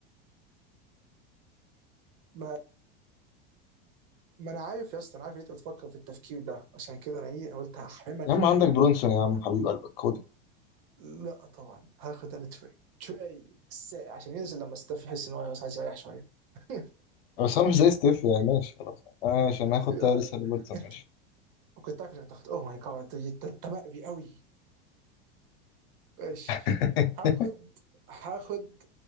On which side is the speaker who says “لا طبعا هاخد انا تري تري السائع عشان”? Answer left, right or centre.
Right